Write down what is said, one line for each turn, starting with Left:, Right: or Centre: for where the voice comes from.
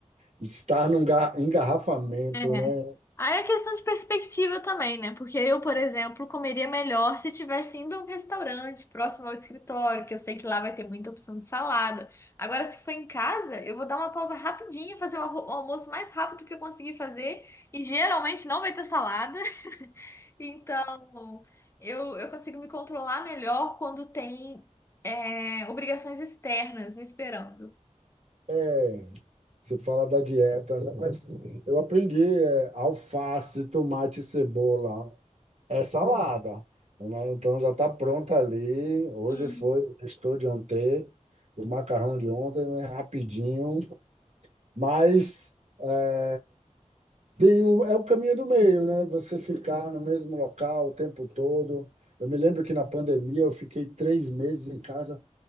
Right: estar num ga- engarrafamento,
Left: É.
Right: né?
Left: Aí é questão de perspectiva também, né? Porque eu, por exemplo, comeria melhor se tivesse indo a um restaurante próximo ao escritório, que eu sei que lá vai ter muita opção de salada. Agora, se for em casa, eu vou dar uma pausa rapidinha, fazer o arro- o almoço mais rápido que eu conseguir fazer, e geralmente não vai ter salada. <laughs> Então, eu, eu consigo me controlar melhor quando tem, é, obrigações externas me esperando.
Right: É, Você fala da dieta, né? Mas eu aprendi é, alface, tomate, cebola. É salada, né? Então já está pronta ali. Hoje
Left: Uhum.
Right: foi o estou de ontem, o macarrão de ontem, né? Rapidinho. Mas é, tem o- é o caminho do meio, né? Você ficar no mesmo local o tempo todo. Eu me lembro que na pandemia eu fiquei três meses em casa.